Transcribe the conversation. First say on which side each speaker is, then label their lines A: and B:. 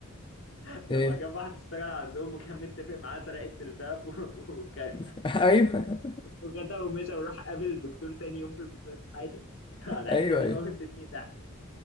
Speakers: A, on the left; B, on the left.
A: <laughs> لما
B: ايه
A: جاب واحد اشتغل عندهم وكان متفق معاه سرقة الدهب و- وك-
B: <laughs> ايوه
A: وجدع ومشى وراح قابل الدكتور تاني يوم في المستشفى عادي <laughs> على
B: ايوه
A: الحتة دي
B: ايوه
A: موتتني ضحك